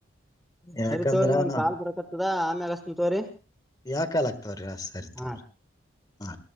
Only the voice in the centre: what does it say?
ಸರಿ ತೋರಿ ಒಂದ್ ಕಾಲ್ ಬರಕತ್ತದ ಆಮ್ಯಾಗ ಹಸ್ತನ್ ತೋರಿ
ಹಾ.